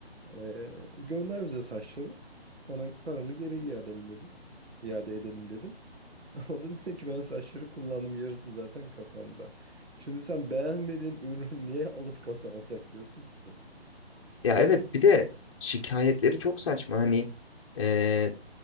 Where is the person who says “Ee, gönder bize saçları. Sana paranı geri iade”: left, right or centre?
Right